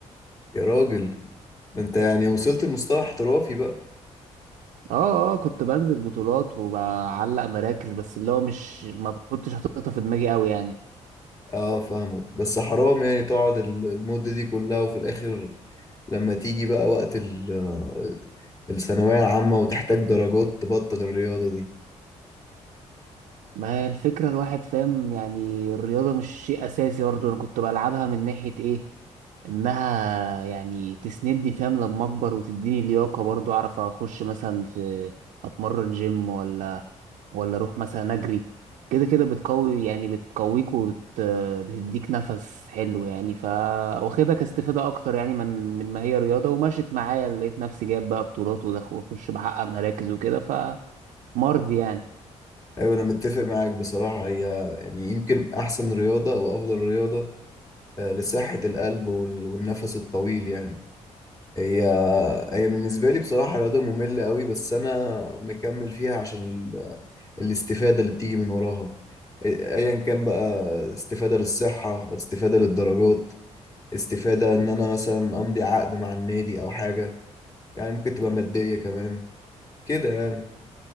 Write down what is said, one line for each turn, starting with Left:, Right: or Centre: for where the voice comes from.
Left: يا راجل ده أنت يعني وصلت لمستوى احترافي بقى
Right: اه اه كنت بنزل بطولات وبعلق مراكز بس اللي هو مش ما كنتش حاططها في دماغي قوي يعني
Left: اه فاهمك بس حرام يعني تقعد ال- المدة دي كلها وفي الآخر لما تيجي بقى وقت ال- الثانوية العامة وتحتاج درجات تبطل الرياضة دي
Right: ما هي الفكرة الواحد فاهم يعني الرياضة مش شيء أساسي برضه أنا كنت بلعبها من ناحية إيه إنها يعني تسندني فاهم لما أكبر وتديني لياقة برضه أعرف أخش مثلا في أتمرن جيم ولا ولا اروح مثلا اجري كده كده بتقوي يعني بتقويك وبت بتديك نفس حلو يعني ف واخدها كاستفادة اكتر يعني من من ما هي رياضة ومشيت معايا لقيت نفسي جايب بقى بطولات ودخ- واخش بحقق مراكز وكده فمرضي يعني
Left: أيوة أنا متفق معاك بصراحة هي يعني يمكن أحسن رياضة أو أفضل رياضة آه، لصحة القلب وال- والنفس الطويل يعني هي هي بالنسبة لي بصراحة رياضة مملة قوي بس أنا مكمل فيها عشان ال- الاستفادة اللي بتيجي من وراها أي- أيا كان بقى استفادة للصحة استفادة للدرجات استفادة ان انا مثلا امضي عقد مع النادي او حاجة يعني ممكن تبقى مادية كمان كده يعني